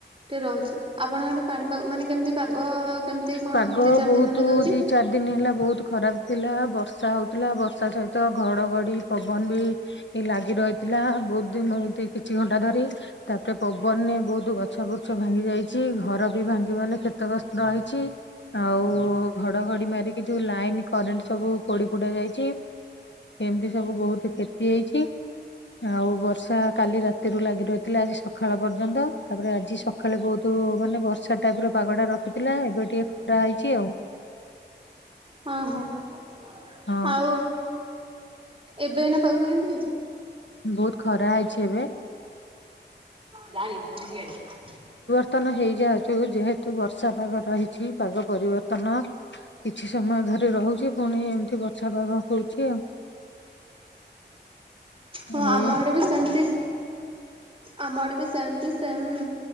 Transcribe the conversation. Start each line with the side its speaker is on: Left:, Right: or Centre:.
Right: ଟେ ରହୁଚି ଆପଣଙ୍କ ଆଡେ ପାଣିପାଗ ମାନେ କେମିତି? ପାଗ କେମିତି କଣ
Left: ପାଗ
Right: ଦି ଚାରି
Left: ବହୁତୁ
Right: ଦିନ ହେଲା ଦଉଛି?
Left: ଦି ଚାରି ଦିନ ହେଲା ବହୁତୁ ଖରାପ। ଥିଲା ବର୍ଷା ହେଉଥିଲା ବର୍ଷା ସହିତ ଘଡ଼ଘଡ଼ି ପବନ ବି ଲାଗି ରହିଥିଲା ବହୁ ଦିନ କିଛି ଘଣ୍ଟା ଧରି। ତାପରେ ପବନରେ ବହୁତୁ ଗଛ ବୁଛ ଭାଙ୍ଗି ଯାଇଚି ଘର ବି ଭାଙ୍ଗିବାନେ କ୍ଷେତଗ୍ରସ୍ତ ହେଇ ଚି। ଆଉ ଘଡଘଡି ମାରିକି ଯୋଉ ଲାଇନି କରେଣ୍ଟ ସବୁ ପୋଡି ପୋଡା ଯାଇଚି। ଏମିତି ସବୁ ବହୁତୁ କ୍ଷତି ହେଇଚି। ଆଉ ବର୍ଷା କାଲି ରାତିରୁ ଲାଗି ରହିଥିଲା ଆଜି ସକାଳ ପର୍ଯ୍ୟନ୍ତ ତାପରେ ଆଜି ସ ସକାଳୁ ବହୁତୁ ମାନେ ବର୍ଷା ଟାଇପି ର ପାଗ ଟା ରଖିଥିଲା ଏବେ ଏବେ ଟିକେ ଖରା ହେଇଚି ଆଉ।
Right: ହଁ ହଁ
Left: ହଁ।
Right: ଆଉ ଏବେ ଏଇନା ପାଗ କେମିତି ହେଇଚି?
Left: ବହୁତୁ ଖରା ହେଇଛି ଏବେ।
Right: ଯାଣି ପୋଲିସି ଗାଡି।
Left: ପତନ ହେଇଯାଉଚୁ ଯେହେତୁ ବର୍ଷା ପାଗ ରହିଛି ପାଗ ପରିବର୍ତ୍ତନ କିଛି ସମୟ ଧରି ରହୁଚି ପୁଣି ଏମିତି ବଛା ପଗ ହଉଛି ଆଉ।
Right: ହଁ
Left: ହଉ
Right: ଆମ ଆଡେ ବି ସେମିତି। ଆମ ଆଡେ ବି ସେମିତି ସେମେ